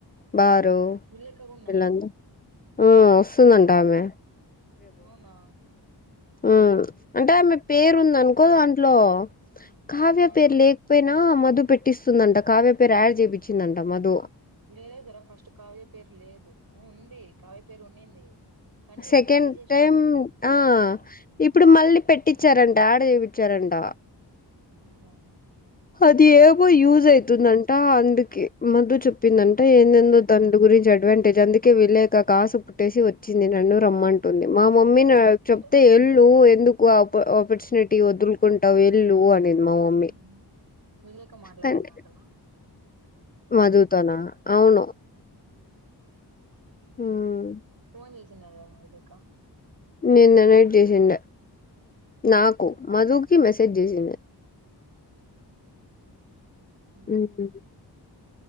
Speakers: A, on the left (about 25°); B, on the right (about 60°).
A: బారు
B: విలేఖ కూడానా
A: వీళ్ళంతా ఊమ్ వస్తుందంటామె
B: అవునా
A: ఊ
B: ఊహూ
A: అంటే ఆమె పేరు
B: అబ్బో
A: ఉంది అనుకో దాంట్లో కావ్య
B: ఆ!
A: పేరు లే పొయినా మధు పెట్టిస్తుందంట కావ్య పేరు యాడ్ చేపిచ్చిందంట మధు
B: లేదురా ఫస్ట్ కావ్య పేరు లేదు ఊ ఉంది కావ్య పేరు ఉన్నింది కానీ
A: సెకండ్
B: వీళ్ళు తీసేసినారు
A: టైమ్ ఆ
B: చెప్పకుండా.
A: ఇప్పుడు మళ్ళీ పెట్టిచ్చారంట ఆడ చేపిచ్చారంట
B: అవునా
A: అది ఏమో యూజైతుందంట అందుకే మధు చెప్పిందన్ టే
B: హ్మ్
A: ఏందేందో దండు గురించి అడ్వాంటేజ్ అందుకే వీళ్ళేకా కాసు పుట్టేసి వచ్చింది నన్నూ రమ్మం టుంది మా మమ్మీ నా
B: అంటే
A: చెప్తే ఎల్లు ఎందు కు ఆప ఆపర్చునిటీ వదులుకుంటావు ఎళ్ళు అనింది మా మమ్మీ
B: హ్మ్ విలేక మాట్లాడిందంటనా
A: కానీ మధుతోనా అవును
B: ఉం
A: ఉమ్
B: పోన్ చేసినదా <unintelligible>
A: నిన్న నైట్ చేసిండ నాకు
B: ఊహూ
A: మధుకి మెసేజ్ చేసిండే
B: ఊహూ
A: హు హామ్